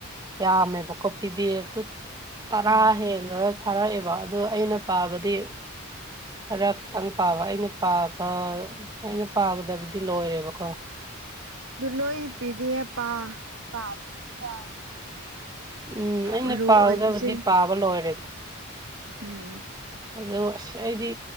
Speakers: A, on the right; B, on the right.
A: ꯌꯥꯝꯃꯦꯕꯀꯣꯄꯤꯤꯗꯦꯨ ꯇꯔꯥ
B: ꯎꯝ
A: ꯍꯦꯜꯂꯒ ꯊꯥꯔꯛꯑꯦꯕ ꯑꯗꯣ ꯑꯩꯅ ꯄꯥꯕꯗꯤ ꯈꯔ ꯇꯪ ꯄꯥꯕ ꯑꯩꯅ ꯄꯥꯕ ꯑꯩꯅ ꯄꯥꯒꯗꯕꯗꯤ ꯂꯣꯏꯔꯦꯕꯀꯣ
B: ꯑꯗꯨ ꯂꯣꯏ ꯄꯤꯗꯤꯌꯦꯞ ꯄꯥ ꯄꯥꯗ꯭ꯔꯁꯨ ꯌꯥꯏ
A: ꯎꯝ ꯑꯩꯅ
B: ꯃꯔꯨ
A: ꯄꯥꯒꯗꯕꯗꯤ
B: ꯑꯣꯏꯕꯁꯤꯡ
A: ꯄꯥꯕ ꯂꯣꯏꯔꯦꯗ
B: ꯎꯝ
A: ꯑꯗꯣ ꯑꯁ ꯑꯩꯗꯤ